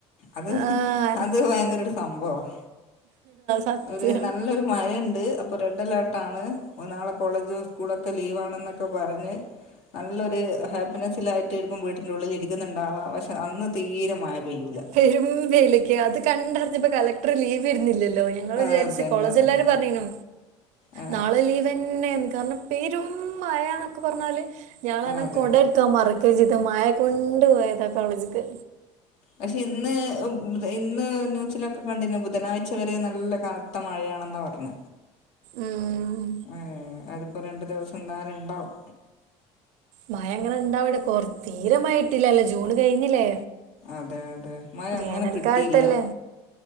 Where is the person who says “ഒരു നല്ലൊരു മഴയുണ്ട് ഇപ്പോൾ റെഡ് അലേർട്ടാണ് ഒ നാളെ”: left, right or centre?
Left